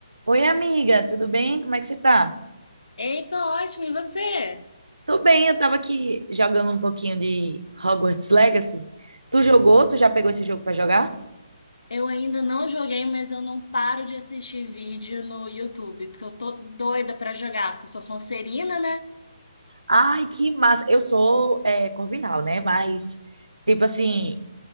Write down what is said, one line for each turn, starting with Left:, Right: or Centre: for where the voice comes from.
Right: Oi, amiga, tudo bem? Como é que você tá?
Left: Ei, tô ótimo, e você?
Right: Tô bem, eu tava aqui jogando um pouquinho de Hogwarts Legacy. Tu jogou? Tu já pegou esse jogo pra jogar?
Left: Eu ainda não joguei, mas eu não paro de assistir vídeo no YouTube, porque eu tô doida pra jogar, porque eu sou sonserina, né?
Right: Ai, que massa! Eu sou é, Corvinal, né? Mas, tipo assim,